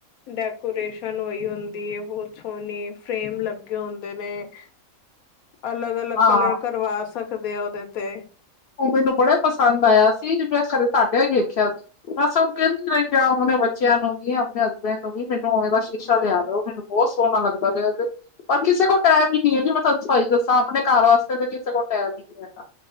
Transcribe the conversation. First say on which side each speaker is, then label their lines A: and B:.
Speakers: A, on the left (about 80°); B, on the left (about 60°).
A: ਡੈਕੋਰੇਸ਼ਨ ਹੋਈ ਹੁੰ ਦੀ ਬਹੁਤ ਸੋਹਣੀ ਫਰੇਮ ਲੱਗੇ ਹੁੰਦੇ ਨੇ । ਅਲੱਗ -ਅਲੱਗ
B: ਹਾਂ
A: ਕਲਰ ਕਰਵਾ ਸਕਦੇ ਆ ਉਹਦੇ ਤੇ।
B: ਉਹ ਮੈਨੂੰ ਬੜਾ ਪਸੰਦ ਆਇਆ ਸੀ। ਮੈਂ ਖਰੇ ਤੁਾਡਿਆਂ ਹੀ ਵੇਖਿਆ ਸੀ। ਮੈਂ ਸਭ ਕਹਿੰਦੀ ਰਹਿੰਦੀ ਉਹਣੇ ਬੱਚਿਆਂ ਨੂੰ ਵੀ ਆਪਣੇ ਹਸਬੈਂਡ ਨੂੰ ਵੀ ਮੈਨੂੰ ਉਵੇਂ ਦਾ ਸ਼ੀਸ਼ਾ
A: ਹਾਂ
B: ਲਿਆ ਦੋ ਮੈਨੂੰ। ਬਹੁਤ ਸੋਹਣਾ ਲੱਗਦਾ ਪਿਆ ਤੇ ਪਰ ਕਿਸੇ ਕੋਲ ਟਾਈਮ ਹੀ ਨਹੀਂ ਹੈ ਜੀ ਮੈਂ ਤੁਹਾਨੂੰ ਸਈ ਦੱਸਾਂ, ਆਪਣੇ ਘਰ ਵਾਸਤੇ ਤਾਂ ਕਿਸੇ ਕੋਲ ਟਾਈਮ ਹੀ ਨਹੀਂ ਹੈਗਾ।